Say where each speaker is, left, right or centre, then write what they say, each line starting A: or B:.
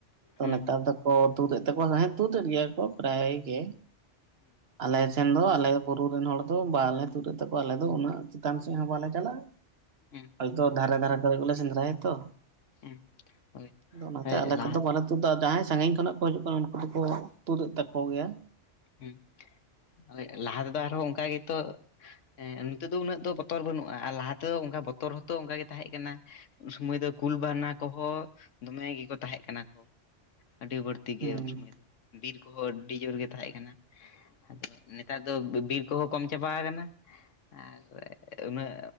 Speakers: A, on the right (about 60°); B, on the left (about 85°).
A: ᱛᱚ
B: ᱦᱩᱸ
A: ᱱᱮᱛᱟᱨ ᱫᱚ ᱠᱚ ᱛᱩᱫ ᱮᱫ ᱛᱟᱠᱚᱣᱟ ᱡᱟᱦᱟᱸᱭ ᱛᱩᱫᱮᱫ ᱜᱮᱭᱟ ᱠᱚ ᱯᱨᱟᱭ ᱜᱮ, ᱟᱞᱮ ᱥᱮᱱ ᱫᱚ ᱟᱞᱮ ᱵᱩᱨᱩ ᱨᱮᱱ ᱦᱚᱲ ᱫᱚ ᱵᱟᱞᱮ ᱛᱩᱫᱮᱫ ᱛᱟᱠᱚᱣᱟ ᱟᱞᱮ ᱫᱚ ᱩᱱᱟᱹᱜ ᱪᱮᱛᱟᱱ ᱥᱮᱫ ᱦᱚᱸ ᱵᱟᱞᱮ ᱪᱟᱞᱟᱜ-ᱟ
B: ᱦᱩᱸ
A: ᱛᱚ ᱫᱷᱟᱨᱮ ᱫᱷᱟᱨᱮ ᱠᱚᱨᱮ ᱜᱮᱞᱮ ᱥᱮᱸᱫᱽᱨᱟᱭᱟ ᱛᱚ
B: ᱦᱩᱸ ᱦᱳᱭ
A: ᱟᱫᱚ ᱚᱱᱟᱛᱮ
B: ᱦᱳᱭ
A: ᱟᱞᱮ
B: ᱞᱟᱦᱟ
A: ᱠᱚᱫᱚ ᱵᱟᱞᱮ ᱛᱩᱫᱟ ᱡᱟᱦᱟᱸᱭ ᱥᱟᱺᱜᱤᱧ ᱠᱷᱚᱱᱟᱜ ᱠᱚ ᱦᱤᱡᱩᱜ ᱠᱟᱱᱟ ᱩᱱᱠᱩ ᱫᱚᱠᱚ ᱛᱩᱫᱮᱫ ᱛᱟᱠᱚ ᱜᱮᱭᱟ,
B: ᱦᱩᱸ ᱦᱳᱭ ᱞᱟᱦᱟ ᱛᱮᱫᱚ ᱟᱨᱦᱚᱸ ᱩᱝᱠᱟ ᱜᱮᱛᱚ ᱮᱸᱜ ᱱᱤᱛᱚᱜ ᱫᱚ ᱩᱱᱟᱹᱜ ᱫᱚ ᱵᱚᱛᱚᱨ ᱫᱚ ᱵᱟᱹᱱᱩᱜ-ᱟ ᱟᱨ ᱞᱟᱦᱟ ᱛᱮᱫᱚ ᱩᱝᱠᱟ ᱵᱚᱛᱚᱨ ᱦᱚᱸᱛᱚ ᱩᱝᱠᱟ ᱜᱮ ᱛᱟᱦᱮᱸᱜ ᱠᱟᱱᱟ, ᱩᱱ ᱥᱩᱢᱟᱹᱭ ᱫᱚ ᱠᱩᱞ ᱵᱟᱱᱟ ᱠᱚᱦᱚ ᱫᱚᱢᱮ ᱜᱮᱠᱚ ᱛᱟᱦᱮᱜ ᱠᱟᱱᱟ ᱠᱚ ᱟᱹᱰᱤ ᱵᱟᱹᱲᱛᱤ ᱛᱤᱜᱮ
A: ᱦᱮᱸ
B: ᱩᱱ ᱥᱚᱢᱚᱭ ᱫᱚ ᱵᱤᱨ ᱠᱚᱦᱚᱸ ᱟᱹᱰᱤ ᱡᱳᱨ ᱜᱮ ᱛᱟᱦᱮᱸᱜ ᱠᱟᱱᱟ, ᱟᱫᱚ ᱱᱮᱛᱟᱨ ᱫᱚ ᱵᱤᱨ ᱠᱚᱦᱚᱸ ᱠᱚᱢ ᱪᱟᱵᱟ ᱠᱟᱱᱟ ᱟᱨ ᱩᱱᱟᱹᱜ